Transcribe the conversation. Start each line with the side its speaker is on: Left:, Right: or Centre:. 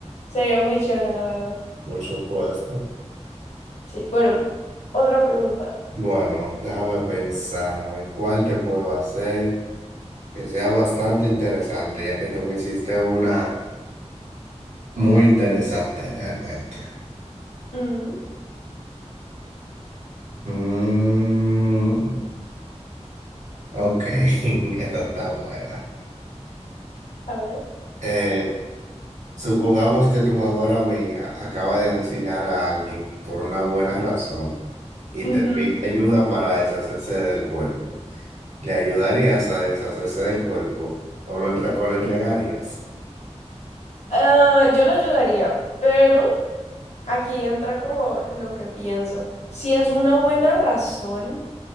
Left: sería muy chévere, la verdad.
Right: Por supuesto.
Left: Sí, bueno, otra pregunta.
Right: Bueno, déjame pensar, a ver cuál te puedo hacer que sea bastante interesante, ya que tú me hiciste una muy interesante realmente.
Left: Ujú,
Right: Mm, ok, <laughs> esta está buena.
Left: a ver.
Right: Eh, supongamos que tu mejor amiga acaba de asesinar a alguien por una buena razón y
Left: Ujú.
Right: te pide ayuda para deshacerse del cuerpo. ¿Le ayudarías a deshacerse del cuerpo o lo, entre- o lo entregarías?
Left: Ah, yo la ayudaría, pero aquí entra como lo que pienso. Si es una buena razón,